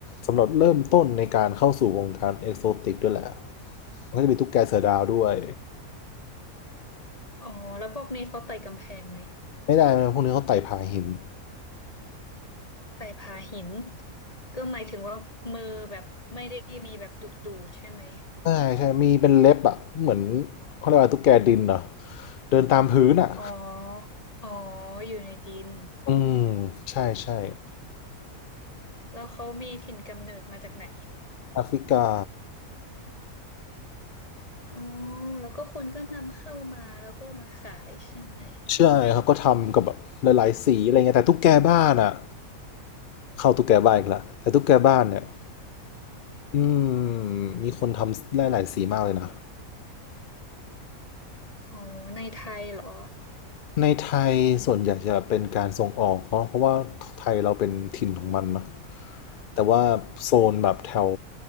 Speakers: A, on the left; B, on the left.
A: สำหรับเริ่มต้นในการเข้าสู่วงการเอกโซติกด้วยแหละมันก็จะมีตุ๊กแกเสือดาวด้วย
B: อ๋อแล้วพวกนี้เขาไต่กำแพงไหม
A: ไม่ได้นะพวกนี้เขาไต่ผาหิน
B: ใส่ผาหินก็หมายถึงว่ามือแบบไม่ได้มีแบบดูดดูดใช่ไหม
A: ใช่ใช่ มีเป็นเล็บอ่ะเหมือนเขาเรียกว่าตุ๊กแกดินเหรอเดินตามพื้นอ่ะ
B: อ๋ออ๋ออยู่ในดิน
A: อืมใช่ใช่
B: แล้วเขามีถิ่นกำเนิดมาจากไหน
A: แอฟริกา
B: อ๋อแล้วก็คนก็นำเข้ามาแล้วก็มาขายใช่ไหม
A: ใช่เขาก็ทำกับแบบหลายๆสีอะไรเงี้ยแต่ตุ๊กแกบ้านอ่ะเข้าตุ๊กแกบ้านอีกแล้วแต่ตุ๊กแกบ้านเนี่ยอืมมีคนทำหลายๆสีมากเลยนะ
B: อ๋อในไทยเหรอ
A: ในไทยส่วนใหญ่จะเป็นการส่งออกเพราะเพราะว่าไทยเราเป็นถิ่นของมันเนาะแต่ว่าโซนแบบแถว